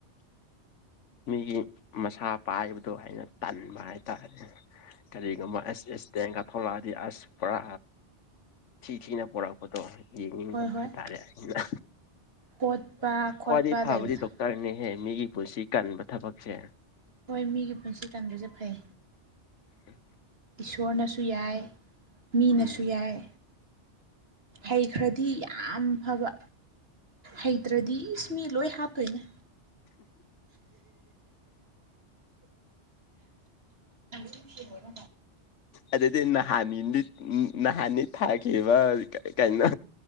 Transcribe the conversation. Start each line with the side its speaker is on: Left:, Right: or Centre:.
Left: ꯃꯤꯒꯤ ꯃꯁꯥ ꯄꯥꯏꯕꯗꯣ ꯑꯩꯅ ꯇꯟꯕ ꯍꯥꯏꯇꯥꯥꯔꯦꯅꯦ ꯀꯔꯤꯒꯨꯝꯕ ꯑꯦꯁ ꯑꯦꯁ ꯇꯦꯡꯒ ꯊꯣꯛꯂꯛꯑꯗꯤ ꯑꯁ ꯄꯨꯔꯥ ꯊꯤ ꯊꯤꯅ ꯄꯣꯔꯛꯄꯗꯣ ꯌꯦꯡꯅꯤꯡꯗꯕ
Right: ꯍꯣꯏ ꯍꯣꯏ
Left: ꯍꯥꯏꯇꯥꯔꯦ ꯑꯩꯅ
Right: ꯐꯣꯠꯄ ꯈꯣꯠꯄ
Left: ꯈ꯭ꯋꯥꯏꯗꯒꯤ ꯐꯕꯗꯤ
Right: ꯂꯩꯕꯗꯣ
Left: ꯗꯣꯛꯇꯔꯅꯦꯍꯦ ꯃꯤꯒꯤ ꯄꯨꯟꯁꯤ ꯀꯟꯕ ꯊꯕꯛꯁꯦ
Right: ꯍꯣꯏ ꯃꯤꯒꯤ ꯄꯨꯟꯁꯤ ꯀꯟꯕꯁꯦ ꯐꯩ
Left: ꯎꯝ
Right: ꯏꯁꯣꯔꯅꯁꯨ ꯌꯥꯏ ꯃꯤꯅꯁꯨ
Left: ꯎꯝ
Right: ꯌꯥꯏ ꯍꯩꯈ꯭ꯔꯗꯤ ꯌꯥꯝ ꯐꯕ ꯍꯩꯇ꯭ꯔꯗꯤ ꯏꯁ ꯃꯤ ꯂꯣꯏ ꯍꯥꯞꯇꯣꯏꯅꯦ ꯁꯨ
Left: ꯑꯗꯨꯗꯤ ꯅꯍꯥꯟ ꯅꯍꯥꯟꯅꯤ ꯊꯥꯈꯤꯕ ꯀꯩꯅꯣ